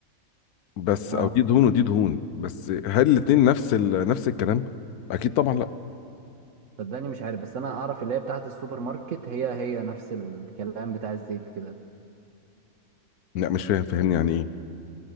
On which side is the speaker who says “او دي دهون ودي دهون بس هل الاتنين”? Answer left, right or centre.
Left